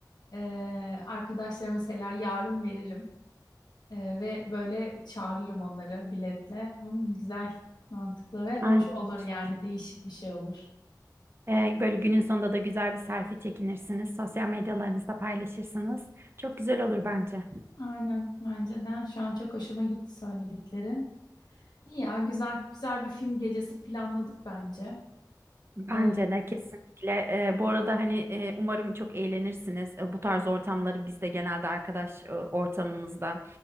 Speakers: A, on the left; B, on the right.
A: eee arkadaşlara mesela yarın veririm Eee, ve böyle çağırırım onları biletle Hmm, güzel mantıklı ve hoş
B: Aynen.
A: olur
B: Çok.
A: yani değişik bir şey olur.
B: E, böyle günün sonunda da güzel bir selfie çekinirsiniz. Sosyal medyalarınızda paylaşırsınız. Çok güzel olur bence.
A: Aynen bence de. Şu an çok hoşuma gitti söylediklerin. İyi ya güzel güzel bir film gecesi planladık bence.
B: Bence
A: Ee,
B: de kesinlikle. Ee, bu arada hani e, umarım çok eğlenirsiniz. E, bu tarz ortamları biz de genelde arkadaş e, ortamımızda